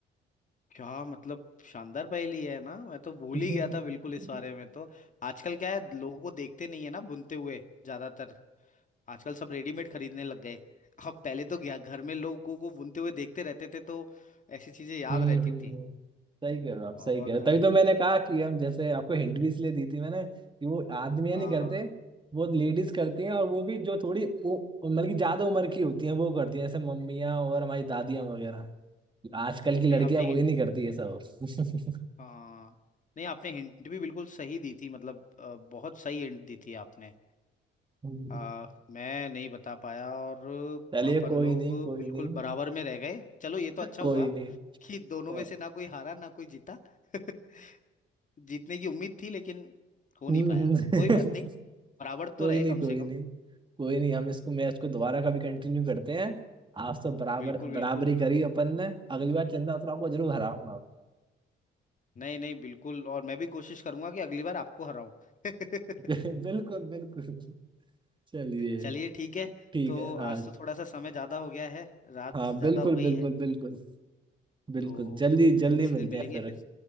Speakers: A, on the left; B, on the right.
A: क्या मतलब शानदार पहेली है ना मैं तो भूल
B: पर
A: ही गया था बिल्कुल इस बारे
B: <laughs>
A: में तो आजकल क्या है लोगों को देखते नहीं है ना बुनते हुए ज्यादातर आजकल सब रेडीमेड खरीदने लग गए अब पहले तो क्या घर में लोगों को बुनते हुए देखते रहते थे तो ऐसी चीजें याद
B: हम्म
A: रहती
B: हम्म
A: थी
B: हम्म। सही कह रहे हो आप सही
A: और
B: कह रहे हो तभी तो मैंने कहा कि हम जैसे आपको हिंट भी इसलिए दी थी मैंने कि वो आदमियां
A: हाँ
B: नहीं करते
A: हाँ
B: वो लेडीज करती हैं और वो भी जो थोड़ी वो मतलब कि ज्यादा उम्र की होती हैं वो करती हैं जैसे मम्मियाँ और हमारी दादियाँ वगैरह आजकल की लड़कियां
A: नहीं आपने
B: वो ही नहीं करती ये सब <laughs>
A: हाँ नहीं आपने हिंट भी बिल्कुल सही दी थी मतलब अ, बहुत सही हिंट दी थी आपने
B: हम्म।
A: आ, मैं नहीं बता पाया और
B: चलिए
A: अपन
B: कोई
A: लोग
B: नहीं कोई
A: बिल्कुल
B: नहीं
A: बराबर में रह गए चलो ये तो अच्छा
B: कोई
A: हुआ
B: नहीं
A: कि दोनों
B: और-
A: में से ना कोई हारा ना कोई जीता <laughs> जीतने की उम्मीद थी लेकिन हो
B: हम्म
A: नहीं पाया
B: हम्म।
A: कोई बात
B: <laughs>
A: नहीं बराबर
B: कोई
A: तो रहे
B: नहीं
A: कम
B: कोई
A: से कम
B: नहीं कोई नहीं हम इसको मैच को दोबारा कभी कंटिन्यू करते हैं आज तो बराबर
A: बिल्कुल
B: बराबरी
A: बिल्कुल
B: करी अपन ने अगली बार चंदा उतराव को जरूर हराऊंगा
A: नहीं नहीं बिल्कुल और मैं भी कोशिश करूंगा कि अगली बार आपको हराऊं <laughs>
B: <laughs> मैं। बिल्कुल बिल्कुल चलिए
A: चलिए ठीक है
B: ठीक
A: तो
B: है हाँ
A: आज तो थोड़ा सा समय ज्यादा हो गया है रात
B: हाँ
A: ज्यादा
B: बिल्कुल
A: हो गई
B: बिल्कुल
A: है
B: बिल्कुल बिल्कुल
A: तो
B: जल्दी जल्दी
A: किसी
B: मिलते
A: दिन मिलेंगे
B: हैं फिर
A: फिर